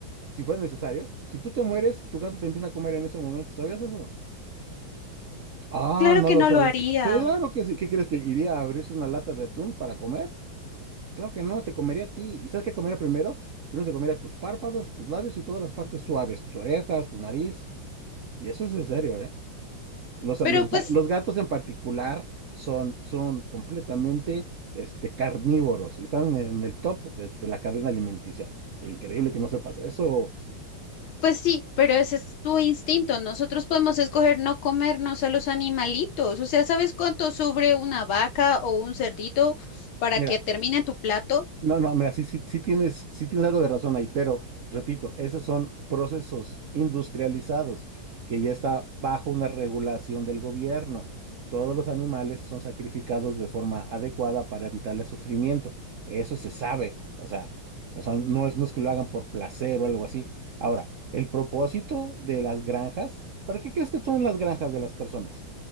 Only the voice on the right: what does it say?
si fuera necesario? Si tú te mueres, tu gato te empieza a comer en ese momento. ¿Sabías eso? Ah,
no
lo
sabía.
Claro que sí. ¿Qué crees que iría a abrirse una lata de atún para comer? Claro que no, te comería a ti. ¿Y sabes qué comería primero? Primero se comería tus párpados, tus labios y todas las partes suaves, tus orejas, tu nariz. Y eso es en serio, ¿eh? Los, los,
ga- los gatos en particular son, son completamente este, carnívoros y están en, en el top de, de la cadena alimenticia. Increíble que no sepas eso.
Mira,
No, no, mira, sí, sí, sí tienes, sí tienes algo de razón ahí, pero repito, esos son procesos industrializados que ya está bajo una regulación del gobierno. Todos los animales son sacrificados de forma adecuada para evitar el sufrimiento. Eso se sabe. O sea, o sea, no es, no es que lo hagan por placer o algo así. Ahora, el propósito de las granjas, ¿para qué crees que son las granjas de las personas?